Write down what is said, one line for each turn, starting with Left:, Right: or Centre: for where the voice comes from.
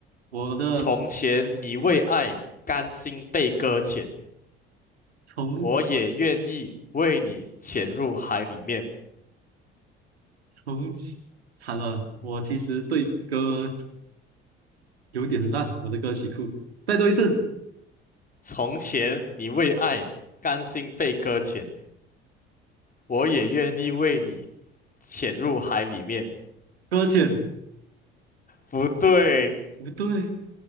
Right: 我的
Left: 从前你为爱甘心被搁浅，
Right: 从
Left: 我也愿意为你潜入海里面。
Right: 从惨了，我其实对歌有点烂，我的歌曲库。再多一次，
Left: 从前你为爱甘心被搁浅，我也愿意为你潜入海里面。
Right: 搁浅，
Left: 不对，
Right: 不对，